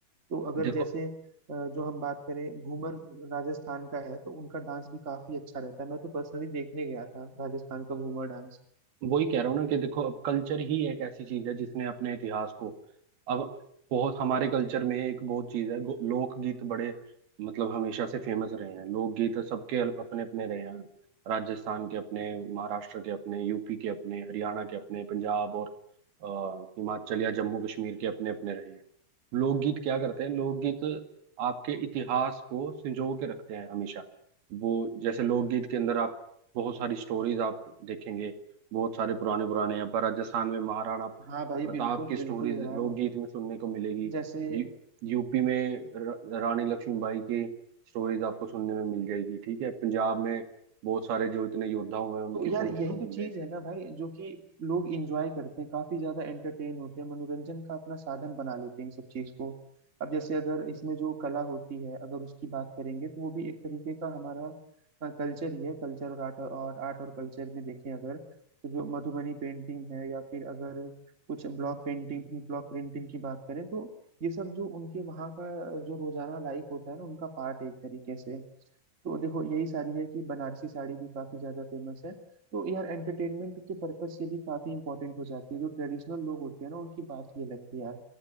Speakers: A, on the right; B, on the right.
A: तो अगर
B: देखो
A: जैसे अ, जो हम बात करें घूमर राजस्थान का है तो उनका डांस भी काफी अच्छा रहता है मैं तो पर्सनली देखने गया था राजस्थान का घूमर डांस
B: वही कह रहा हूँ ना कि देखो अब कल्चर ही एक ऐसी चीज है जिसने अपने इतिहास को अब बहुत हमारे कल्चर में एक बहुत चीज है गो- लोकगीत बड़े मतलब हमेशा से फेमस रहे हैं लोकगीत सबके अपने अपने रहे हैं राजस्थान के अपने महाराष्ट्र के अपने यूपी के अपने हरियाणा के अपने पंजाब और अ, हिमाचल या जम्मू कश्मीर के अपने अपने रहे हैं लोकगीत क्या करते हैं लोकगीत आपके इतिहास को संजो के रखते हैं हमेशा वो जैसे लोकगीत के अंदर आप बहुत सारी स्टोरीज आप देखेंगे बहुत सारे पुराने पुराने यहाँ पर राजस्थान में महाराणा प्रताप
A: हाँ भाई बिल्कुल
B: की स्टोरीज
A: बिल्कुल यार
B: लोकगीत में सुनने को मिलेगी
A: जैसे
B: यू, यूपी में र- रानी लक्ष्मीबाई की स्टोरीज आपको सुनने में मिल जाएगी ठीक है पंजाब में बहुत सारे जो इतने योद्धा हुए हैं उनकी
A: तो यार
B: सुनने
A: यही
B: को
A: तो
B: मिल
A: चीज
B: जाएगी
A: है ना भाई जो कि लोग इंजॉय करते हैं काफी ज्यादा एंटरटेन होते हैं मनोरंजन का अपना साधन बना लेते हैं इन सब चीज को अब जैसे अगर इसमें जो कला होती है अगर उसकी बात करेंगे तो वो भी एक तरीके का हमारा कल्चर ही है कल्चर और आर्ट और आर्ट और कल्चर में देखें अगर तो जो मधुबनी पेंटिंग है या फिर अगर कुछ ब्लॉक पेंटिंग ब्लॉक प्रिंटिंग की बात करें तो ये सब जो उनके वहाँ का जो रोजाना लाइफ होता है ना उनका पार्ट है एक तरीके से तो देखो यही साड़ी है कि बनारसी साड़ी भी काफी ज्यादा फेमस है तो यार एंटरटेनमेंट के पर्पज से भी काफी इंपॉर्टेंट हो जाती है जो ट्रेडिशनल लोग होते हैं ना उनकी बात ही अलग थी यार